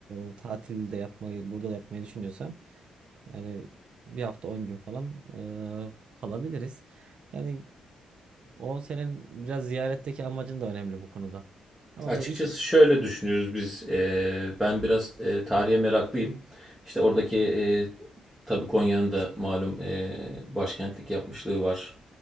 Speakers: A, on the right; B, in the centre.
A: e, tatil de yapmayı burada da yapmayı düşünüyorsan yani bir hafta 10 gün falan e, kalabiliriz. Yani o senin biraz ziyaretteki amacın da önemli bu konuda. Ama
B: Açıkçası
A: böyle iki
B: şöyle düşünüyoruz biz. Eee, ben biraz eee, tarihe meraklıyım. İşte oradaki eee tabii Konya'nın da malum eee, başkentlik yapmışlığı var.